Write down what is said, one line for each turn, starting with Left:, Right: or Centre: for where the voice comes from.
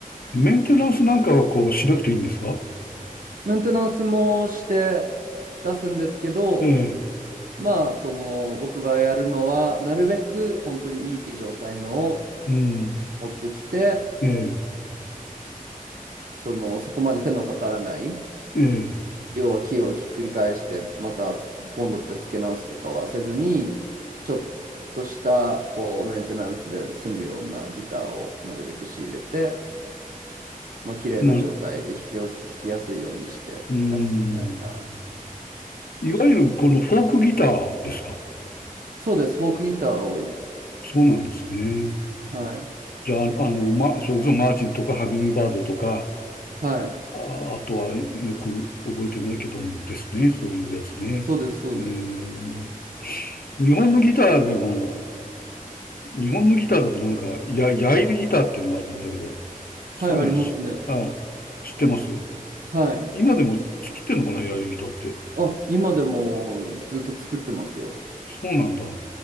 Left: メンテナンスなんかはこうしなくていいんですか
Right: メンテナンスもして出すんですけど、
Left: ええ、
Right: まあ、その、僕がやるのは、なるべく本当にいい状態のを
Left: うん、
Right: 持ってきて、
Left: ええ、
Right: その、そこまで手のかからない、
Left: ええ、
Right: 要は木をひっくり返してまたボンドで付け直すとかはせずにちょっとしたこうメンテナンスで済むようなギターをなるべく仕入れて、まあ綺麗な状態で弾きやす、
Left: な、
Right: 弾きやすいようにして出すみたいな
Left: うん。
Right: ことしてますね。
Left: いわゆるこのフォークギターですか
Right: そうです。フォークギターが多いです。
Left: そうなんですね。
Right: はい。
Left: じゃあ、あの、ま、それこそマーチンとかハミングバードとか、
Right: はい。
Left: あ、あとはよく覚えてないけどもですね。そういうやつね。
Right: そうです、そうです。
Left: えー、日本のギターでも、日本のギターだとなんか、や、ヤイリギターっていうのがあるんだけど、そういうのはし、
Right: はい、ありますね。
Left: あ、知ってます
Right: はい。
Left: 今でも作ってんのかな、エアリギターって。
Right: あ、今でもずっと作ってますよ。
Left: そうなんだ。う